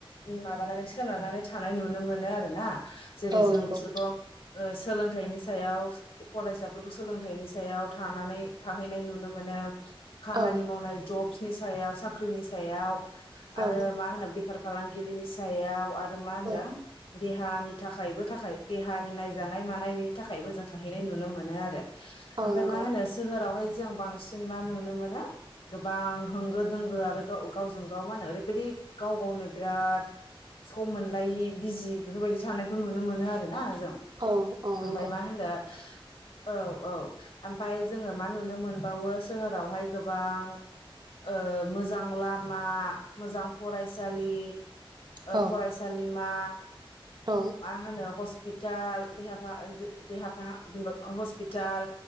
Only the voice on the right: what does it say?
औ
नंगौ
औ
औ
औ
औ
नंगौ
औ औ
नंगौ
औ
औ